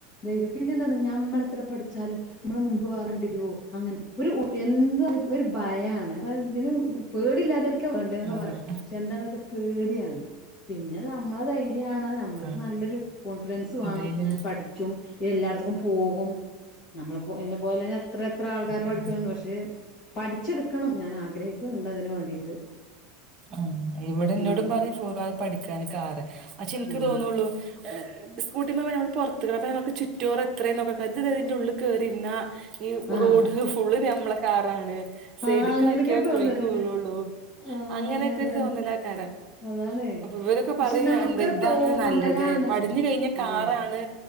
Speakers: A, on the left; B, on the right.
A: ധൈര്യം പിന്നെന്താന്നോ നമ്മളെത്ര പഠിച്ചാലും നമ്മളെ മുമ്പ് വേറെ വണ്ടി വരോ അങ്ങനെ ഒരു എന്തച്ച ഒരു ഭയമാണ് ഇതിന് പേടില്ലാതെ വേണ്ടേ എന്നൊക്കെ
B: ആഹ്
A: പറയും പക്ഷെ എന്താന്ന് വെച്ചാ പേടിയാണ് പിന്നെ ന നമ്മളെ ധൈര്യണ് നമ്മക്ക്
B: ആഹ്
A: നല്ലൊരു കോൺഫിഡൻസ് വേണം
B: ധൈര്യം
A: പഠിച്ചും എല്ലാടത്ത്ക്കും പോകും നമ്മളെ പോ എന്നെ പോലെന്നെ എത്ര എത്ര ആൾക്കാര്
B: ഉം
A: പഠിക്കുണ്ട് പക്ഷെ പഠിച്ചെടുക്കണം ഞാൻ ആഗ്രഹിക്കുന്നുണ്ട് അതിന് വേണ്ടിട്ട്
B: ആഹ് ഇവിടെന്നോടും
A: ഉം
B: പറയും ഫോർ വീലറ് പഠിക്കാന് കാറ് പക്ഷെ എനിക്ക്
A: ഉം
B: തോന്നുള്ളൂ സ്കൂട്ടിമ്മെ നമ്മൾ പൊറത്ത് അപ്പം നമുക്ക് ചുറ്റുവോറ് എത്രയും നോക്ക അത് അതിന്റെ ഉള്ളിൽ കേറിരുന്ന ഈ
A: ആഹ്
B: റോഡ് ഫുള്ള് നമ്മളെ കാറാണ്
A: ആഹ്
B: സൈസ്ക്ക്
A: അങ്ങനെയൊക്കെ
B: ആക്കിയാ
A: ഒരു തോന്നലാണ്
B: കുഴിക്ക് വീഴുള്ളു
A: ആഹ്
B: അങ്ങനെയൊക്കെ
A: അങ്ങനെ
B: ഒരു
A: തന്നെ
B: തോന്നലാക്കാരം
A: അതാണ്.
B: ഇവരൊക്കെ
A: പക്ഷെ
B: പറയും
A: നമുക്ക്
B: എന്താ ഇതാണ്
A: തോന്നലാണ്
B: നല്ലത് പടിഞ്ഞു കഴിഞ്ഞ
A: അത്
B: കാറാണ്